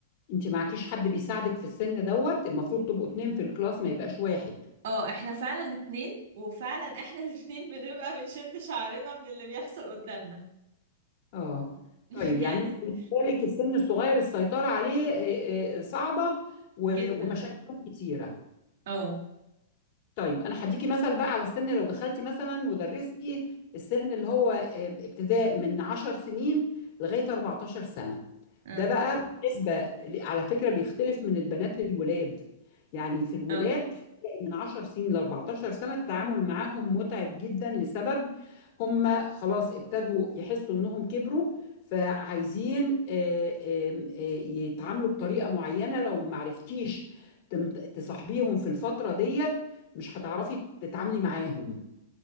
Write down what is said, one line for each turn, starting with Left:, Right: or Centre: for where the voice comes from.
Left: انت معكيش حد بيساعدك في السن دوت المفروض تبقوا اتنين في الكلاس ما يبقاش واحد
Right: اه احنا فعلا اتنين وفعلا احنا <laughs> الاتنين بنبقى بنشد شعرنا من اللي بيحصل قدامنا
Left: اه
Right: <laughs>
Left: طيب
Right: يعني
Left: يعني بالنسبة لك السن الصغير السيطرة عليه آه، آه، صعبة و-
Right: جدا
Left: ومشاكل كتيرة
Right: اه
Left: طيب انا هديكي مثل بقى على السن لو دخلتي مثلا ودرستي السن اللي هو آه، ابتداء من 10 سنين لغايه 14 سنه
Right: اه
Left: ده بقى بالنسبه على فكره بيختلف من البنات للولاد يعني في الولاد
Right: اه
Left: هتلاقي من 10 سنين ل 14 سنه التعامل معاهم متعب جدا لسبب هم خلاص ابتدوا يحسوا انهم كبروا فعايزين آه، آه، آه، يتعاملوا بطريقه معينه لو معرفتيش تم- تصاحبيهم في الفتره ديت مش هتعرفي تتعاملي معاهم